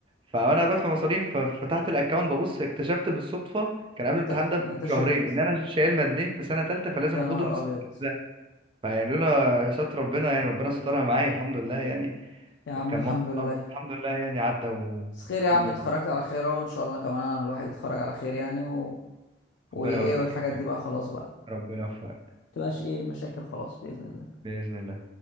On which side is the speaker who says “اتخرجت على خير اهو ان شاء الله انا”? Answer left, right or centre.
Left